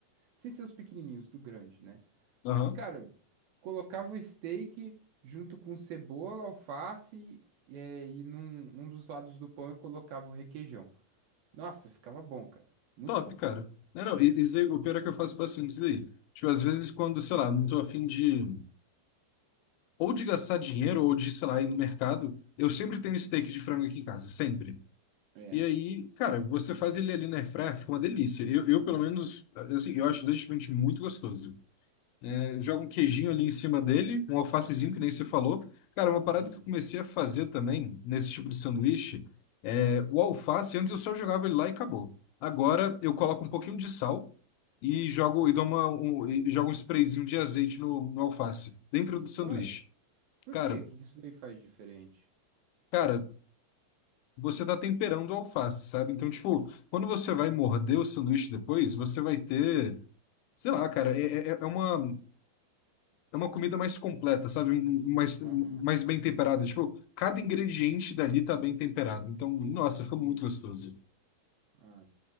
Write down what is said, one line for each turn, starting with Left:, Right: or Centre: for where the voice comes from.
Right: Sem ser os pequenininhos, do grande, né?
Left: Aham,
Right: Aí, cara, colocava o steak junto com cebola, alface. E, é, e num, num dos lados do pão eu colocava o requeijão. Nossa, ficava bom, cara. Muito
Left: top,
Right: bom.
Left: cara. Não, não, e- isso aí, o pior é que eu faço bastante isso aí. Tipo, às vezes quando, sei lá, não tô afim de, ou de gastar dinheiro, ou de, sei lá, ir no mercado, eu sempre tenho
Right: Uhum.
Left: steak de frango aqui em casa, sempre.
Right: É.
Left: E aí, cara, você faz ele ali na airfryer, fica uma delícia. Eu, eu, pelo menos, assim, eu acho legitimamente muito gostoso. É, joga um queijinho ali em cima dele, um alfacezinho,
Right: Uhum.
Left: que nem você falou. Cara, uma parada
Right: Sim.
Left: que eu comecei a fazer também, nesse tipo de sanduíche, é, o alface, antes eu só jogava ele lá e acabou. Agora eu coloco um pouquinho de sal e jogo, e dou uma, um, e jogo um sprayzinho de azeite no, no alface, dentro do sanduíche.
Right: Uai, por
Left: Cara,
Right: quê? O que que isso daí faz diferente?
Left: cara, você tá temperando a alface, sabe? Então, tipo, quando você vai morder o sanduíche depois, você vai ter, sei lá, cara, é, é, é uma, é uma comida mais completa, sabe? Um- um- Mais, um-
Right: Aham,
Left: mais bem temperada. Tipo, cada ingrediente dali tá bem temperado. Então, nossa,
Right: sim.
Left: ficou muito gostoso.
Right: Ah,